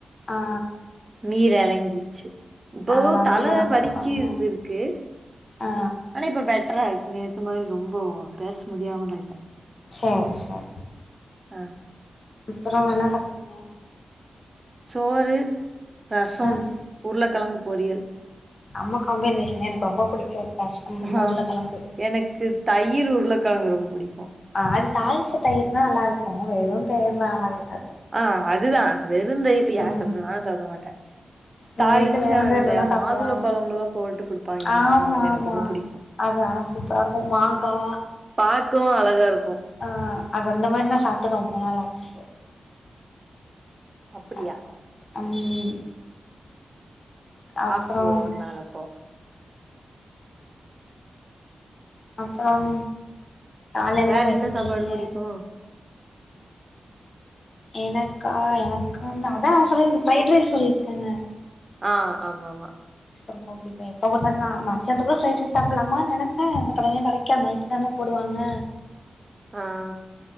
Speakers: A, on the left (about 60°); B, on the right (about 35°).
A: ஆ
B: நீர்றங்கிச்சு இப்போ
A: அதெல்லா
B: தல
A: தா எனக்கு
B: வலிக்கிது
A: பண்ணு
B: இருக்கு
A: ஆ
B: ஆனா இப்ப நேத்து மாரி ரொம்ப பேச முடியாமல இல்ல
A: சேரி சேரி
B: ஆஹ்
A: அப்பறம் என்ன சாப்பிட்டீங்க
B: சோறு ரசம்
A: ம்
B: உருளைக்கிழங்கு பொறியல்
A: செம்ம காம்பினேஷன் எனக்கு ரொம்ப புடிக்கும் ரசம்
B: ஆ
A: உருளைக்கிழங்கு
B: எனக்கு தயிர் உருளக்கெழங்கு ரொம்ப புடிக்கு
A: ஆஹ் அது தாளிச்ச தயிர்னா நல்லா இருக்கும் அ வெறும் தயிர்ல ஆன இருக்காது
B: ஆஹ் அதுதான் வெருந்தயிர் இல்ல யார்
A: ம்
B: சாப்பிட நானும் சாப்பிட மாட்டேன் தாளிச்சு
A: எங்க வீட்ல வெறு
B: அந்த
A: தயிர்லதா சாப்டுவாங்க
B: மாதுளம்பழம்லல்லா போட்டு குடுப்பாங்க இங்க
A: ஆமா
B: அம்மா அது எனக்கு
A: ஆமா
B: ரொம்ப பிடிக்கும்
A: அது ஆனா சூப்பரா இருக்கு மாங்கா
B: பார்க்கவும் அழகா இருக்கும்
A: ஆ அது அந்த மாரி நான் சாப்பிட்டு ரொம்ப நாள் ஆச்சு
B: அப்படியா
A: ஓகே ஓகே ம்
B: சாப்ட்ருவோ
A: அப்புறம்
B: ஒரு நாள் அப்போ
A: அப்புறம் கால்ல என்ன
B: வேற
A: பன்னிட்டுருக்கீங்க
B: சாப்பாடு புடிக்கு
A: எனக்கா எனக்கானு அதா சொல்லியிருக்கேன் ஃபிரைட் ரைஸ் சொல்லியிருக்கேன்ன
B: ஆ ஆமா ஆமா
A: ரொம்ப புடிக்கும் எப்ப குடுத்தாலும் மத்தியானத்துகுள்ள ஃபிரைட்ரைஸ் சாப்புடலாமானு நினச்சே எந்த கடலையும் கிடைக்காது நைட்டு தானே போடுவாங்க
B: ஆ